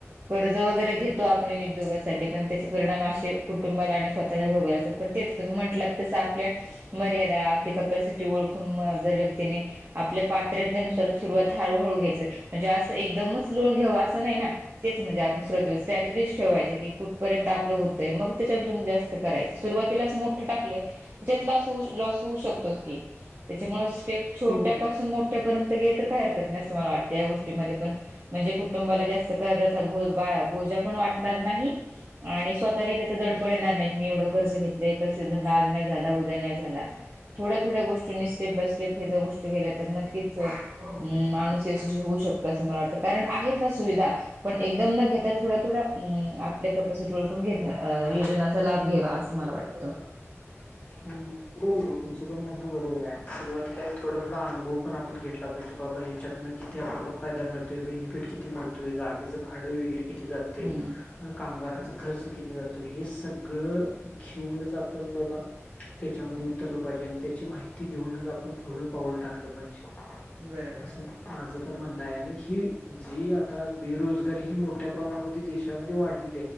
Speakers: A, on the right (about 45°); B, on the left (about 25°).
A: कर्ज वगैरे घेतो आपण उद्योगासाठी पण त्याचे परिणाम असे कुटुंबाला आणि स्वतःला भोगला. पण तेच तुम्ही म्हटलात तसं आपल्या मर्यादा आपली कपॅसिटी ओळखून म जर व्यक्तीने आपल्या पात्रतेनुसार सुरुवात हळूहळू घ्यायचय म्हणजे असं एकदमच लोन घ्यावं असं नाही ना तेच म्हणजे आपण सुरवला स्ट्रॅटजस ठेवायच की कुठपर्यंत आपलं होतय मग त्याच्यातून जास्त कराय सुरुवातीला मोठ टाकलं त्याच्यात लॉस होऊ शकतो की त्याच्यामुळे स्टेप छोट्यापासून
B: हम्म
A: मोठ्या पर्यंत गेले तर काही हरकत नाही असं मला वाटतं या गोष्टी पण म्हणजे कुटुंबाला जास्त कज भोजा पण वाटणार नाही आणि स्वतःलाही त्याच दडपड येणार नाही की मी आणि स्वतःलाही याचं एवढं दडपण येणार नाही एवढं कर्ज घेतलेय कस धंदा आज नाही झाला उद्या नाही झाला. थोड्या थोड्या गोष्टींनी स्टेप बाय स्टेप हे जर गो केल्या तर नक्कीच म माणस यशस्वी होऊ शकतो असं मला वाटत, कारण आहेत ना सुविधा पण एकदम न घेता थोडा थोडा आपल्या कपस ओळखून घेत योजनांचा लाभ घ्यावा अस. मला वाटतं
B: हम बरोबर आहे तुमचं पण म्हणणं बरोबर आहे सुरुवातीला थोड थो अनुभव पण आप आपण घेतला पाहिजे बाबा याच्यातं किती आपल्याला फायदा मिळतोय? बेनिफिट किती मिळतय जागचं भाडं वगैरे किती जातं ते.
A: हम्म
B: कामगारांचा खर्च किती जातो, हे सगळं घेऊनच आपण बाबा. त्याच्यामध्ये उतरलं पाहिजे आणि त्याची माहिती घेऊनच, आपण पुढं पाऊल टाकलं पाहिजे.
A: बरोबर
B: असलं माझं पण म्हणण आहे आणि ही जी आता बेरोजगारी ही मोठ्या प्रमाणामध्ये देशामध्ये वाढ